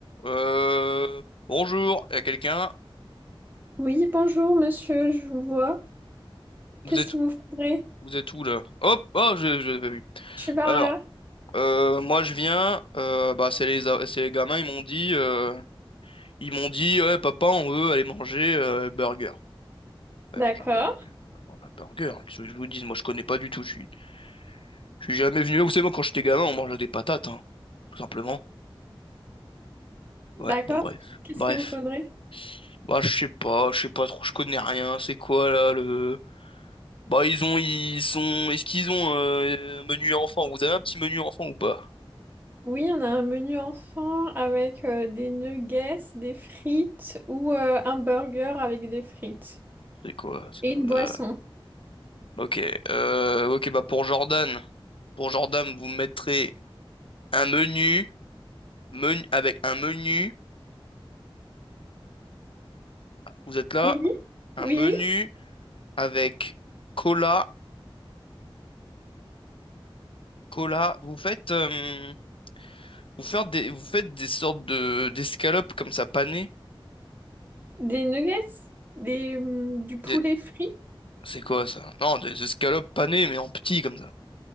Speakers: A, on the left (about 65°); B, on the right (about 20°).
A: Euh, bonjour, il y a quelqu'un.
B: Oui, bonjour monsieur, je vous vois.
A: Vous
B: Qu'est-ce
A: êtes,
B: qu'il vous faudrait?
A: vous êtes où là? Hop, oh, je, je l'avais vu.
B: Je suis par
A: Alors,
B: là.
A: euh, moi je viens. euh, bah, c'est les, a- c'est les gamins. Ils m'ont dit, euh, ils m'ont dit, Ouais, papa, on veut aller manger euh, burger. Ouais,
B: D'accord,
A: manger un burger. Ouais, Manger un burger. hein, Qu'est-ce que je vous dis? Moi, je connais pas du tout. Je suis, je suis jamais venu. là. Vous savez, moi, quand j'étais gamin, on mangeait des patates, hein, tout simplement. Ouais.
B: d'accord.
A: Bon, bref,
B: Qu'est-ce
A: bref.
B: qu'il vous faudrait?
A: Bah, je sais pas, je sais pas trop. Je connais rien. C'est quoi là le Bah ils ont ils sont est-ce qu'ils ont euh, un menu enfant? Vous avez un petit menu enfant ou pas?
B: Oui, on a un menu enfant avec euh, des nuggets, des frites ou euh, un burger avec des frites.
A: C'est quoi ça?
B: Et une boisson.
A: Euh, Ok euh, ok bah pour Jordan pour Jordan vous mettrez un menu menu avec un menu vous êtes là
B: Oui,
A: un
B: oui,
A: menu
B: oui.
A: avec cola cola vous faites euh, vous faire des vous faites des sortes de d'escalopes comme ça panées
B: Des nuggets? Des, hum, du poulet
A: Des-
B: frit?
A: c'est quoi ça? Non des escalopes panées mais en petit comme ça